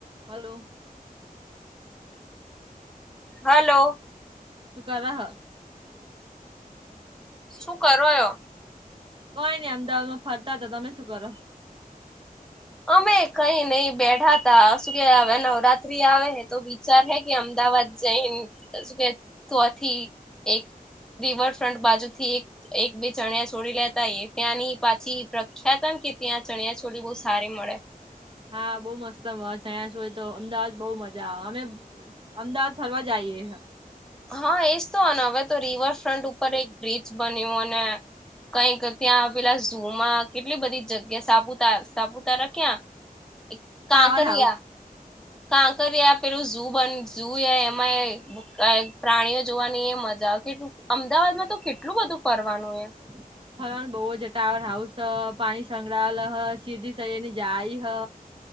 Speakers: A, on the right; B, in the centre.
A: Hello
B: hello
A: તું કર હ
B: શું કરોયો
A: કોઈ નઈ અમદાવાદમાં ફરતા હતા તમે શું કરો
B: અમે કઈ નહી બેઠા તા શું કે હવે નવરાત્રી આવે તો વિચાર હે કે અમદાવાદ જઈને શું કે તોથી એક રિવરફ્રન્ટ બાજુ થી એક એક બે ચણિયા છોડી લેતા એ ત્યાંની પાછી પ્રખ્યાત કે ત્યાં ચણિયા છોળ બહ સારી મળે
A: હા બઉુ મસ્તમાં છે અહીંયા જોય તો અમદાવાદ બઉ મજા આવે અમે અમદાવાદ ફરવા જઈએ
B: હા એજ તોને હવે તો રિવરફ્રન્ટ ઉપર એક બ્રિજ બન્યું અને કઈક ત્યાં પેલા ઝુમાં કેટલી બધી જગ્યા સાપુતાર સાપુતાર ક્યા એક
A: ટાવર
B: કાકિયા
A: હાઉસ
B: કાંકર આ પેલું બન એમાં પ્રાણીઓ જોવાની એ મજા આવે કે અમદાવાદમાં તો કેટલું બધું ફરવાનું એ
A: હ હરવાનું બહુ જટાવ હાઉસ હ પાણી સંકળાયેલા હ સીધી સયરની જાય હ